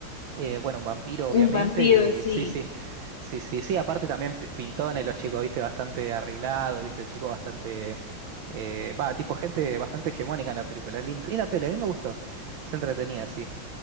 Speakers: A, on the right; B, on the left.
A: eh, bueno, un vampiro, obviamente,
B: un vampiro,
A: y
B: sí.
A: sí, sí, sí, sí, sí, aparte también pi- pintones, los chicos, viste, bastante arreglado, viste, chicos bastante, eh, va, tipo gente bastante hegemónica en la película, linda, linda peli, a mí me gustó, se entretenía, sí.